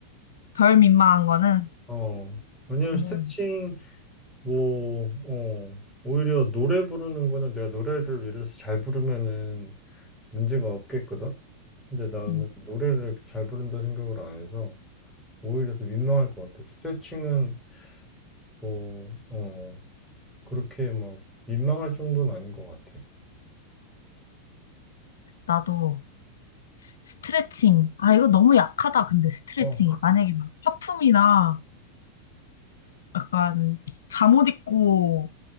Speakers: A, on the left; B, in the centre.
A: 덜 민망한 거는,
B: 어. 왜냐면
A: 음.
B: 스트레칭, 뭐, 어. 오히려 노래 부르는 거는 내가 노래를 예를 들어서 잘 부르면은 문제가 없겠거든? 근데 나는
A: 음,
B: 노래를 잘 부른다 생각을 안 해서 오히려 더 민망할 것 같아. 스트레칭은 뭐, 어. 그렇게 막 민망할 정도는 아닌 것 같아.
A: 나도 스트레칭. 아, 이거 너무 약하다, 근데 스트레칭이.
B: 어,
A: 만약에 막 화품이나 약간 잠옷 입고